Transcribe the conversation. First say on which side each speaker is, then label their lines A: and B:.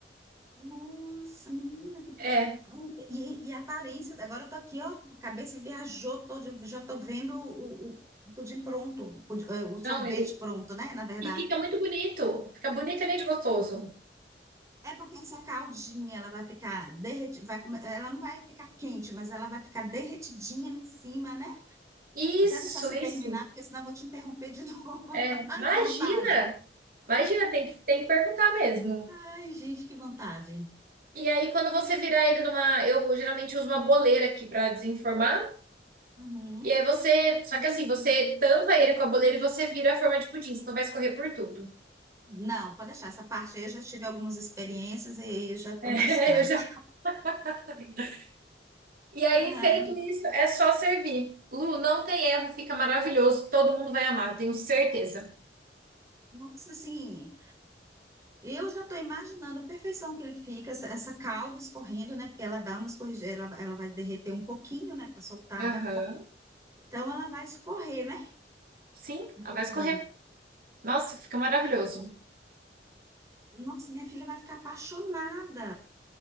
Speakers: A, on the right (about 20°); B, on the right (about 55°).
A: Nossa, menina, que...
B: É.
A: Ai, E, e a aparência, agora eu tô aqui, ó, a cabeça viajou toda, eu já tô vendo o, o o pudim pronto, o, pudi- eh, o sorvete
B: Não, ele.
A: pronto, né, na verdade.
B: E fica muito bonito. Fica bonito além de gostoso.
A: É porque essa caldinha, ela vai ficar derretida, vai come- ela não vai ficar quente, mas ela vai ficar derretidinha ali em cima, né?
B: Isso,
A: Vou até deixar você
B: isso.
A: terminar, porque senão eu vou te interromper de <laughs> novo.
B: É, imagina!
A: Ai, que vontade.
B: Imagina, tem que, tem que perguntar mesmo.
A: Ai, gente, que vontade.
B: E aí, quando você virar ele numa. Eu geralmente uso uma boleira aqui para desenformar.
A: Uhum.
B: E aí você. Só que assim, você tampa ele com a boleira e você vira a forma de pudim, senão vai escorrer por tudo. <laughs>
A: Não, pode deixar essa parte aí. Eu já tive algumas experiências e eu já estou
B: É,
A: mais craque.
B: eu já. <laughs> E aí,
A: Ai,
B: feito isso, é só servir. Lu, não tem erro, fica maravilhoso. Todo mundo vai amar, tenho certeza.
A: nossa, assim, eu já estou imaginando a perfeição que ele fica, essa, essa calda escorrendo, né? Porque ela dá uma escorredeira, ela, ela vai derreter um pouquinho, né? Para soltar
B: Aham.
A: da forma. Então ela vai escorrer, né?
B: Sim,
A: Um
B: ela
A: pouquinho.
B: vai escorrer. Nossa, fica maravilhoso.
A: Nossa, minha filha vai ficar apaixonada.